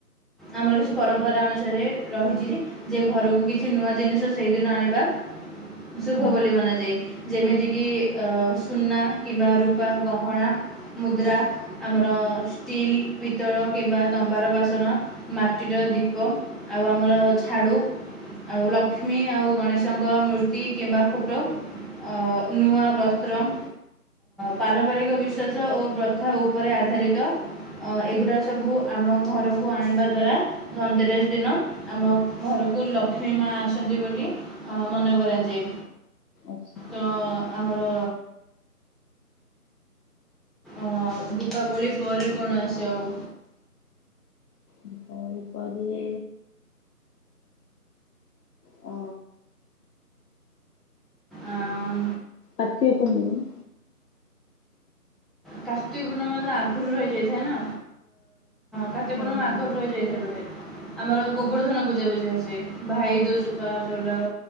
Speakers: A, in the centre; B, on the left (about 85°).
A: ଆମର କିଛି ପରମ୍ପରା ଅନୁସାରେ ରହିଚି ଯେ ଯେ ଘରୁକୁ କିଛି ନୂଆ ଜିନିଷ ସେଇଦିନ ଆଣିବା। ଶୁଭ
B: ହୁଁ।
A: ବୋଲି ମନାଯାଏ ଯେମିତି କିି ଅ-ସୁନା କିମ୍ବା ରୂପା, ଗହଣା, ମୁଦ୍ରା
B: ଆଚ୍ଛା
A: ଆମର ଷ୍ଟିଲ୍, ପିତଳ କିମ୍ବା ତମ୍ବାର ବାସନ ମାଟିର ଦୀପ ଆଉ ଆମର ଝାଡୁ ଆଉ
B: ହଁ
A: ଲକ୍ଷ୍ମୀ ଆଉ ଗଣେଶଙ୍କ ମୂର୍ତ୍ତି କିମ୍ବା ଫଟୋ ଅ- ନୂଆ ବସ୍ତ୍ରମ୍ ପାରମ୍ପରିକ ବିଶ୍ୱାସ ଓ ପ୍ରଥା ଉପରେ ଆଧାରିତ ଅ- ଏଗୁରା
B: ହଁ
A: ସବୁ ଆମ ଘରକୁ ଆଣିବା ଦ୍ଵାରା ଧନତେରସ୍ ଦିନ ଆମ ଘରକୁ ଲକ୍ଷ୍ମୀ ମା ଆସନ୍ତି ବୋଲି ଅ-ମନେ କରାଯାଏ।
B: ଆଚ୍ଛା।
A: ତ ଆମର ଅ ଦୀପାବଳି ପରେ କଣ ଆସେ ଆଉ?
B: ଦୀପାବଳି ପରେ ଅ
A: ଆଁ
B: କାର୍ତିକ ପୁର୍ଣିମା।
A: କାର୍ତ୍ତିକ ପୂର୍ଣ୍ଣିମା ତ ଆଗରୁ ରହିଯାଇଥାଏ ନା? କାର୍ତ୍ତିକ
B: ହଁ
A: ପୂର୍ଣ୍ଣିମା
B: ହଁ
A: ଆଗରୁ
B: ହଁ
A: ରହିଯାଇଥାଏ ବୋଧେ ଆମର ଗୋବର୍ଦ୍ଧନ ପୂଜା <unintelligible> ଭାଇଦୋଜ ବା ସେଗୁଡ଼ାକ